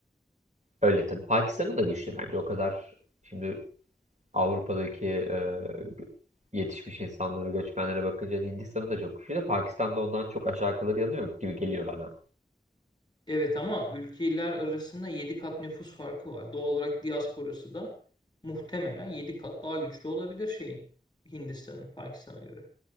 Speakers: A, on the right (about 45°); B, on the left (about 25°).
A: Öyle tabii Pakistan'ın da güçlü bence o kadar şimdi Avrupa'daki e, yetişmiş insanlara göçmenlere bakınca Hindistan'ın da çok güçlü de Pakistan'da ondan çok aşağı kalır yanı yok gibi geliyor bana.
B: Evet ama ülkeler arasında 7 kat nüfus farkı var. Doğal olarak diasporası da muhtemelen 7 kat daha güçlü olabilir şeyin. Hindistan'ın Pakistan'a göre.